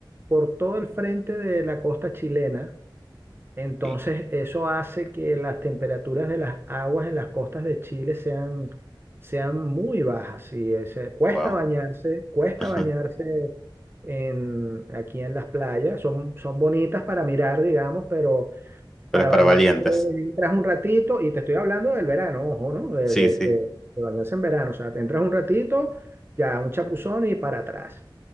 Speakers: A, on the right; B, in the centre.
A: por todo el frente de la costa chilena. Entonces
B: Sí,
A: eso hace que las temperaturas de las aguas en las costas de Chile sean, sean muy bajas. Y es, eh, cuesta
B: wow.
A: bañarse, cuesta
B: <laughs>
A: bañarse en, aquí en las playas. Son, son bonitas para mirar, digamos, pero
B: Pero
A: para
B: es para
A: bañarse
B: valientes.
A: entras un ratito, y te estoy hablando del verano, ojo, ¿no? De,
B: Sí,
A: de,
B: sí.
A: de- de bañarse en verano. O sea, te entras un ratito, ya un chapuzón y para atrás.